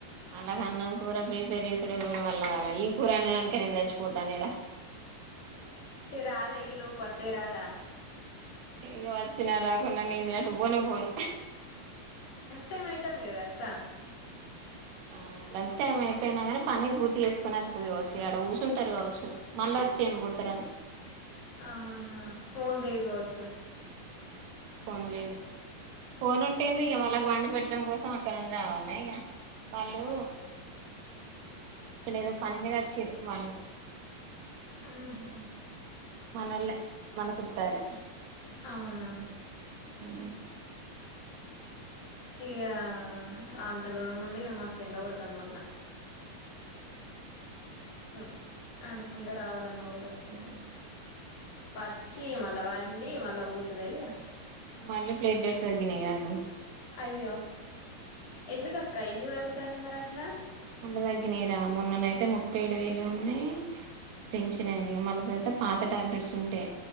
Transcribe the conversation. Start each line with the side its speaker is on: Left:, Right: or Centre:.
Right: అలాగ అన్నం కూర ప్రిపేర్ చేసుడే ఎవరివల్ల కాలే ఈ కూర వండానికె నేను చచ్చిపోతాన ఇడ.
Left: ఇ రాధా ఈలు పత్తే రాదా
Right: ఇగ వచ్చినారకున్నా నేనే అటు పోనే పోను
Left: టైమ్ అయితది గదా అక్కా
Right: ఆ లంచ్ టైం అయిపోయినా గానీ పని పూర్తి అ లంచ్ టైం అయిపోయిన గని పని పూర్తి చేసుకొని అత్తది కావచ్చు ఇగ అడ కూసుంటారు కావచ్చు మళ్ళ అచ్చి ఏం పోతరని
Left: ఆహాహ ఫోన్ లేదు కావచ్చు
Right: ఫోన్ లేదు ఫోన్ ఉంటేంది ఇగ వాళ్ళకు వండి పెట్టడం కోసం అక్కడ నుండి రావాల ఇగ. వాళ్ళు ఇక్కడ ఏదో పని మీద వచ్చిరు వాళ్ళు
Left: ఆహ
Right: మనోళ్లే మన చుట్టాలె
Left: అవునా
Right: ఉమ్
Left: ఇగ అంత దూరం నుండి మస్తు ఎండ కొడతాంది మళ్ల ఉ నడుచుకుంట రావాలన్న కూడ కష్టం ఇది. పచ్చి మళ్ళ వండి మళ్ళ పొతదఇగ
Right: మళ్ళీ ప్లేట్లెట్స్ తగ్గినయి కాదు
Left: అయ్యో ఎందుకక్క ఎందుకు తగ్గుతాన్నాయి మరి అట్లా?
Right: మళ్ళ తగ్గినాయి రా మొన్నన అయితే ముప్పై ఏడు వేలు ఉన్నాయి. టెన్షన్ అయింది ఇగ మళ్ళ తరువాత పాత టాబ్లెట్స్ ఉండే.